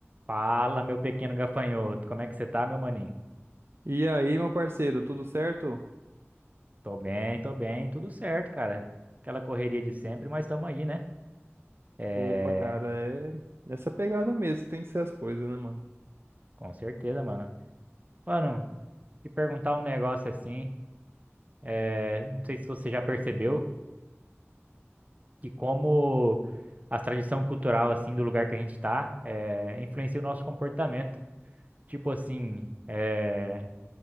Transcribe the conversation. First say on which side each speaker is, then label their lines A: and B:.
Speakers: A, on the right; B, on the right.
A: Fala, meu pequeno gafanhoto. Como é que você tá, meu maninho?
B: E aí, meu parceiro, tudo certo?
A: Tô bem, tô bem, tudo certo, cara. Aquela correria de sempre, mas tamo aí, né? É,
B: Opa, cara, é nessa pegada mesmo, que tem que ser as coisas, né, mano?
A: com certeza, mano. Mano, te perguntar um negócio assim, é, não sei se você já percebeu que como a tradição cultural, assim, do lugar que a gente tá, é, influencia o nosso comportamento. Tipo assim, é,